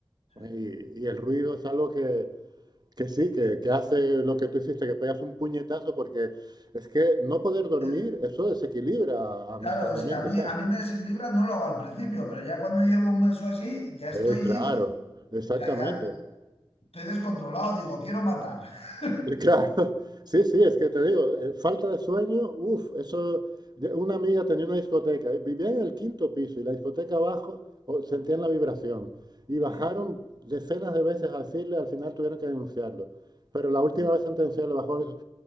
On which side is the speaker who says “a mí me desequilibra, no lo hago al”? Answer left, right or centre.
Left